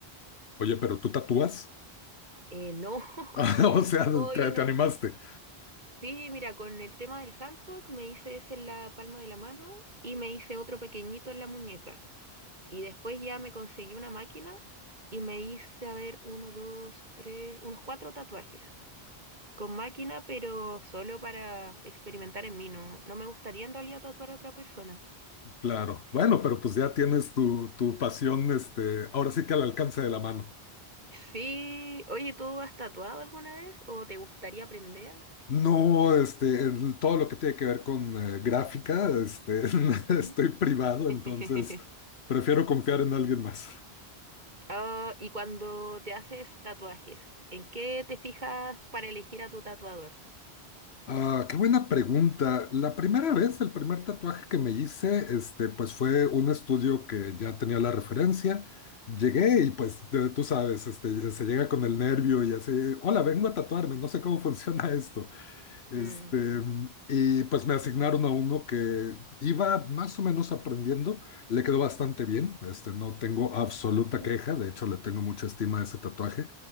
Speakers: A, on the left; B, on the right.
A: Oye, pero tú tatúas. <laughs>
B: Eh, no, <laughs>
A: Ah, O sea,
B: no,
A: te,
B: yo no.
A: te animaste.
B: Sí, mira, con el tema del handbook me hice ese en la palma de la mano y me hice otro pequeñito en la muñeca. Y después ya me conseguí una máquina y me hice, a ver, uno, dos, tres, unos cuatro tatuajes. Con máquina, pero solo para experimentar en mí, no, no me gustaría en realidad tatuar a otra persona.
A: Claro. Bueno,
B: Sí.
A: pero pues ya tienes tu, tu pasión, este, ahora sí que al alcance de la mano.
B: Sí, oye, ¿tú has tatuado alguna vez o te gustaría aprender?
A: No, este, el- todo lo que tiene que ver con eh, gráfica, este, <laughs>
B: Ujú.
A: estoy privado,
B: <laughs>
A: entonces prefiero confiar en alguien más.
B: Ah, y cuando te haces tatuajes, ¿en qué te fijas para elegir a tu tatuador?
A: Ah, qué buena pregunta. La primera vez, el primer tatuaje que me hice, este, pues fue un estudio que ya tenía la referencia. Llegué y pues te- tú sabes, este, se llega con el nervio y así, hola, vengo a tatuarme, no sé cómo <laughs> funciona esto. Este,
B: Mm.
A: y pues me asignaron a uno que iba más o menos aprendiendo, le quedó bastante bien, este, no tengo absoluta
B: Ujú.
A: queja, de hecho le tengo mucha estima a ese tatuaje.